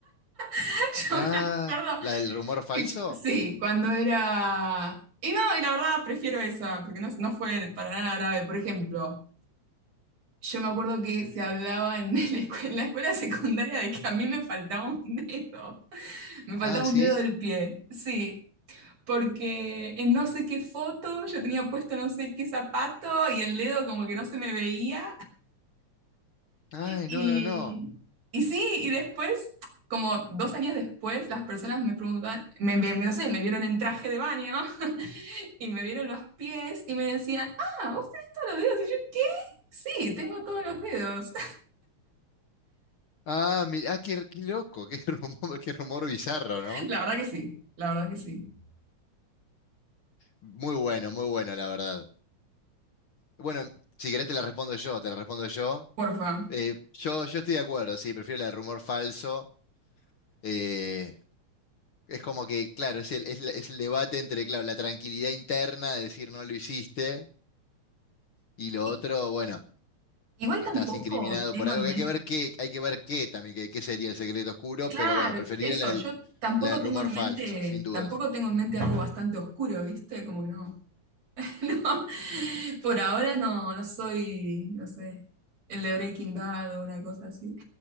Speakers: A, on the right; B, on the left.
A: <laughs> Yo
B: Ah,
A: me acuerdo
B: ¿la del rumor falso?
A: que, sí, cuando era, y no, y la verdad prefiero esa, porque no, no fue para nada grave. Por ejemplo, Yo me acuerdo que se hablaba en <laughs> la escuela, en la escuela secundaria de que a mí me faltaba un dedo, me faltaba
B: Ah, ¿sí?
A: un dedo del pie, sí, porque en no sé qué foto yo tenía puesto no sé qué zapato y el dedo como que no se me veía
B: Ay,
A: y,
B: no, no, no.
A: y sí, y después, como dos años después, las personas me preguntaban, me, me- no sé, me vieron en traje de baño <laughs> y me vieron los pies y me decían, ah, vos tenés todos los dedos y yo, ¿qué? Sí, tengo todos los dedos.
B: Ah, mi- ah, qué, qué loco, qué <laughs> rumor, qué rumor bizarro,
A: <laughs>
B: ¿no?
A: La verdad que sí, la verdad que sí.
B: Muy bueno, muy bueno, la verdad. Bueno, si querés te la respondo yo, te la respondo yo.
A: Porfa.
B: Eh, yo, yo estoy de acuerdo, sí, prefiero la del rumor falso. Eh, es como que, claro, es el, es la- es el debate entre, claro, la tranquilidad interna de decir no lo hiciste y lo
A: I-
B: otro, bueno,
A: Igual
B: estás
A: tampoco
B: incriminado
A: tengo
B: por algo
A: en
B: que
A: mente,
B: hay que ver qué, hay que ver qué también, qué, qué sería el secreto oscuro,
A: claro,
B: pero bueno, preferiría
A: eso,
B: la del
A: yo tampoco
B: la del rumor
A: tengo en
B: falso,
A: mente,
B: sin dudas.
A: tampoco tengo en mente algo bastante oscuro, ¿viste? Como que no, <laughs> no, por ahora no, no soy, no sé, el de Breaking Bad o una cosa así.